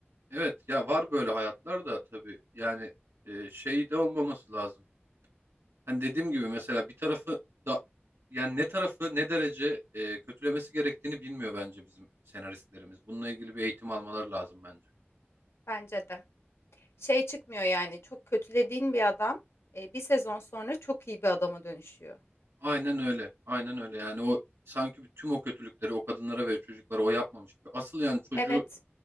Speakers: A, on the right; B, on the left.
A: Evet ya var böyle hayatlar da tabii yani e, şey de olmaması lazım. Hani dediğim gibi mesela bir tarafı da yani ne tarafı ne derece e, kötülemesi gerektiğini bilmiyor bence bizim senaristlerimiz. Bununla ilgili bir eğitim almaları lazım bence.
B: Bence de. Şey çıkmıyor yani çok kötülediğin bir adam e, bir sezon sonra çok iyi bir adama dönüşüyor.
A: Aynen öyle. Aynen öyle. Yani o sanki bir- tüm o kötülükleri o kadınlara ve çocuklara o yapmamış gibi. Asıl yani çocuğu
B: Evet,